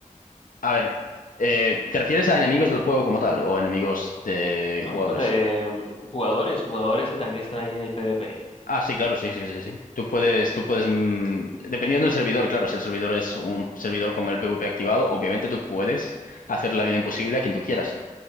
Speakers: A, on the left; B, on the left.
A: A ver, eh, ¿te refieres a enemigos del juego como tal o enemigos de
B: ¿no?
A: jugadores?
B: Pero, eh, jugadores, jugadores que también están allí en el PvP.
A: Ah, sí, claro, sí, sí, sí, sí. Tú puedes, tú puedes, mm, dependiendo del servidor, claro, si el servidor es un servidor con el PvP activado, obviamente tú puedes hacer la vida imposible a quien tú quieras.